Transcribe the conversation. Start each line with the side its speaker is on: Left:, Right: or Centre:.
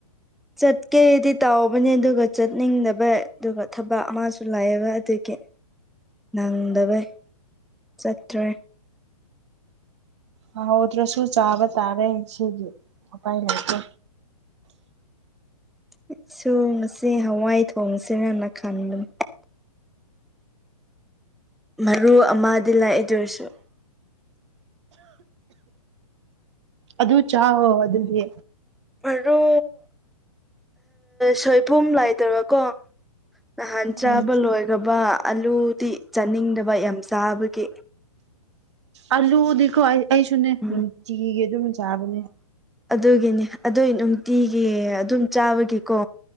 Centre: ꯆꯠꯀꯦꯗꯤ ꯇꯧꯕꯅꯦ ꯑꯗꯨꯒ ꯆꯠꯅꯤꯡꯗꯕ ꯑꯗꯨꯒ ꯊꯕꯛ ꯑꯃꯁꯨ ꯂꯩꯕ ꯑꯗꯨꯒꯤ ꯅꯪꯗꯕꯩ ꯆꯠꯇ꯭ꯔꯦ
Right: ꯍꯍꯧꯗ꯭ꯔꯁꯨ ꯆꯥꯕ ꯇꯥꯔꯦ ꯁꯤꯒꯤ ꯎꯄꯥꯏ ꯂꯩꯇꯦ
Centre: <inaudible> ꯑꯩ ꯁꯨ ꯉꯁꯤ ꯍꯋꯥꯏ ꯊꯣꯡꯁꯤꯔꯅ ꯈꯟꯕꯅꯤ ꯃꯔꯨ ꯑꯃꯥꯗꯤ ꯂꯩ ꯑꯗꯨ ꯑꯣꯏꯁꯨ
Right: ꯑꯗꯨ ꯆꯥꯑꯣ ꯑꯗꯨꯗꯤ
Centre: ꯃꯔꯨ ꯁꯣꯏꯕꯨꯝ ꯂꯩꯇꯕꯀꯣ ꯅꯍꯥꯟ ꯆꯥꯕ
Right: ꯎꯝ
Centre: ꯂꯣꯏꯈ꯭ꯔꯕ ꯑꯂꯨꯗꯤ ꯆꯥꯅꯤꯡꯗꯕ ꯌꯥꯝ ꯆꯥꯕꯒꯤ
Right: ꯑꯥꯂꯨꯗꯤꯀꯣ ꯑꯩ ꯑꯩꯁꯨꯅꯦ
Centre: ꯎꯝ
Right: ꯅꯨꯡꯇꯤꯒꯤ ꯑꯗꯨꯝ ꯆꯥꯕꯅꯦ
Centre: ꯑꯗꯨꯒꯤꯅꯦ ꯑꯗꯨꯏ ꯅꯨꯡꯇꯤꯒꯤ ꯑꯗꯨꯝ ꯆꯥꯕꯒꯤꯀꯣ